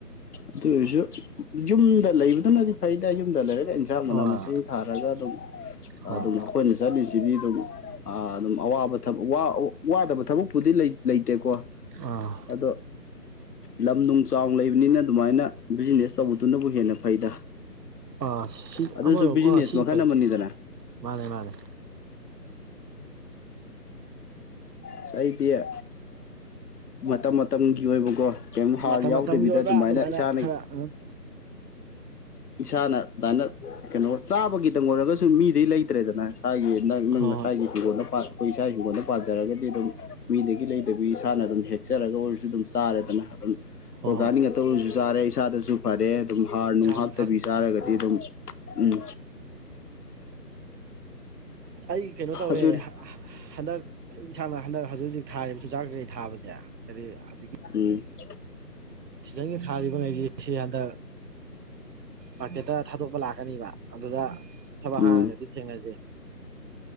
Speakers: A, on the left (about 70°); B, on the right (about 80°).
A: ꯑꯗꯨ ꯑꯣꯏꯔꯁꯨ ꯌꯨꯝꯗ ꯂꯩꯕꯗꯨꯅꯗꯤ ꯐꯩꯗ ꯌꯨꯝꯗ ꯂꯩꯔꯒ ꯏꯟꯖꯥꯡ ꯃꯅꯥ
B: ꯍꯣꯏ
A: ꯃꯁꯤꯡ ꯊꯥꯔꯒ ꯑꯗꯨꯝ
B: ꯍꯣꯏ
A: ꯑꯗꯨꯝ ꯑꯩꯈꯣꯏꯅ ꯆꯠꯂꯤꯁꯤꯗꯤ ꯑꯗꯨꯝ ꯑꯥ ꯑꯗꯨꯝ ꯑꯋꯥꯕ ꯊꯕꯛ ꯋꯥ ꯋꯥꯗꯕ ꯊꯕꯛꯄꯨꯗꯤ ꯂꯩ ꯂꯩꯇꯦꯀꯣ
B: ꯑꯥ
A: ꯑꯗꯣ ꯂꯝ ꯅꯨꯡ ꯆꯥꯎꯅ ꯂꯩꯕꯅꯤꯅ ꯑꯗꯨꯃꯥꯏꯅ ꯕꯤꯖꯤꯅꯦꯁ ꯇꯧꯕꯗꯨꯅꯕꯨ ꯍꯦꯟꯅ ꯐꯩꯗ
B: ꯑꯥ ꯁꯤ
A: ꯑꯗꯨꯁꯨ
B: ꯑꯃꯔꯣꯝ
A: ꯕꯤꯖꯤꯅꯦꯁ
B: ꯑꯥ ꯁꯤꯁꯨ
A: ꯃꯈꯜ
B: ꯐꯩ
A: ꯑꯃꯅꯤꯗꯅ
B: ꯃꯥꯅꯦ ꯃꯥꯅꯦ
A: ꯑꯁ ꯑꯩꯗꯤ ꯑ ꯃꯇꯝ ꯃꯇꯝꯒꯤ ꯑꯣꯏꯕꯀꯣ ꯀꯩꯝ ꯍꯥꯔ
B: ꯃꯇꯝ
A: ꯌꯥꯎꯗꯕꯤꯗ
B: ꯃꯇꯝꯒꯤ ꯑꯣꯏꯕ ꯑꯗꯨꯃꯥꯏꯅ
A: ꯏꯁꯥꯅ
B: ꯈꯔ ꯑꯪ
A: ꯏꯁꯥꯅ ꯑꯗꯨꯃꯥꯏꯅ ꯀꯩꯅꯣ ꯆꯥꯕꯒꯤꯗꯪ ꯑꯣꯏꯔꯒꯁꯨ ꯃꯤꯗꯩ ꯂꯩꯇ꯭ꯔꯦꯗꯅ ꯏꯁꯥꯒꯤ ꯅꯪ ꯅꯪ
B: ꯍꯣꯏ
A: ꯅꯁꯥꯒꯤ
B: ꯍꯣꯏ
A: ꯍꯤꯡꯒꯣꯜꯗ ꯑꯩꯈꯣꯏ ꯏꯁꯥꯒꯤ ꯍꯤꯡꯒꯣꯜꯗ ꯄꯥꯟꯖꯔꯒ ꯑꯗꯨꯝ ꯃꯤꯗꯒꯤ ꯂꯩꯗꯕꯤ ꯏꯁꯥꯅ ꯑꯗꯨꯝ ꯍꯦꯛꯆꯔꯒ ꯑꯣꯏꯔꯁꯨ ꯑꯗꯨꯝ ꯆꯥꯔꯦꯗꯅ ꯑꯗꯨꯝ
B: ꯍꯣꯏ
A: ꯑꯣꯔꯒꯥꯅꯤꯛ ꯉꯥꯛꯇ ꯑꯣꯏꯖꯨ ꯆꯥꯔꯦ ꯏꯁꯥꯗꯁꯨ ꯐꯔꯦ ꯑꯗꯨꯝ ꯍꯥꯔ ꯅꯨꯡ
B: ꯏꯁꯥꯁꯨ
A: ꯍꯥꯞ
B: ꯐ
A: ꯇꯕꯤ ꯆꯥꯔꯒꯗꯤ
B: ꯑꯥ
A: ꯑꯗꯨꯝ ꯎꯝ
B: ꯑꯩ ꯀꯩꯅꯣ ꯇꯧꯋꯦ
A: ꯑꯗꯨꯅꯤ
B: ꯍꯥ ꯍꯥ ꯍꯟꯗꯛ ꯑꯩ ꯏꯁꯥꯅ ꯍꯟꯗꯛ ꯍꯧꯖꯤꯛ ꯍꯧꯖꯤꯛ ꯊꯥꯔꯤꯕ ꯆꯨꯖꯥꯛ ꯀꯀꯩ ꯊꯥꯕꯖ‌ꯦ ꯀꯔꯤ ꯍꯧꯖꯤꯛꯀꯤ
A: ꯎꯝ
B: ꯁꯤꯖꯟꯒꯤ ꯊꯥꯔꯤꯕꯉꯩꯗꯤ ꯁꯤ ꯍꯟꯗꯛ ꯃꯥꯔꯀꯦꯠꯇ ꯊꯥꯗꯣꯛꯄ ꯂꯥꯛꯀꯅꯤꯕ ꯑꯗꯨꯗ ꯊꯕꯛ
A: ꯎꯝ
B: ꯍꯥꯡꯉꯒꯗꯤ ꯊꯦꯡꯅꯖꯦ